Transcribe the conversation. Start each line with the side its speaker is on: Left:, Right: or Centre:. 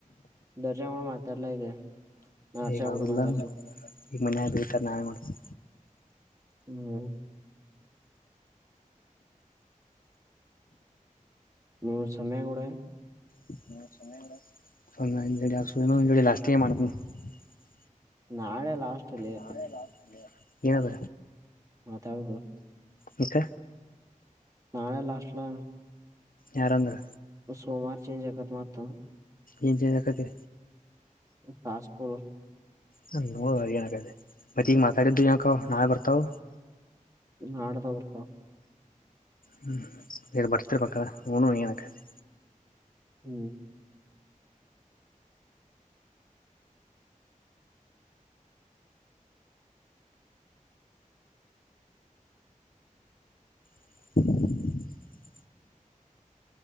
Right: ದರ್ಶಾನ ಗೂಡೆ ಮಾತಾಡಲ ಈಗ ನಾ ಹರ್ಷ್ಯ
Left: ಈಗ ಆಗುಲ್ಲ
Right: ಗೂಡೆ ಮಾತಾಡತೇನ.
Left: ಈಗ ಮನ್ಯಾಗ ಬೈತಾರ ನಾಳೆ ಮಾಡ್ತೀನಿ
Right: ಹ್ಮ್. ಹ್ಮ ಸಮಯ ನೋಡ.
Left: <unintelligible>
Right: ನಾಳೆ ಲಾಸ್ಟ್ ಲೆ.
Left: ನಾಳೆ ಲಾಸ್ಟ್ ಲೆ ಏನ್ ಅದ.
Right: ಮಾತಾಡದು.
Left: ಮತ್ತ.
Right: ನಾಳೆ ಲಾಸ್ಟ್ ಲಾ.
Left: ಯಾರ ಅಂದ್ರ.
Right: ಸೋಮಾರ ಚೇಂಜ್ ಅಕಾತ ಮತ್ತ.
Left: ಏನ್ ಚೇಂಜ್ ಆಕತಿ.
Right: ಟಾಸ್ಕ್ಗಳು
Left: ಹ ನೋಡುವ ಏನಾಗದೆ ಮತ್ತ ಈಗ ಮಾತಾಡಿದ್ದು ಲಾಕೋ ನಾಳೆ ಬರ್ತಾವ.
Right: ನಾಡದ ಬರ್ತಾವ.
Left: ಹ್ಮ್ ಇನ್ ಬರ್ತಿರಬೇಕ ನೋಡುನು ಏನ್ ಅಕ್ಕೆತ್ತ.
Right: ಹ್ಮ್.
Left: <inaudible>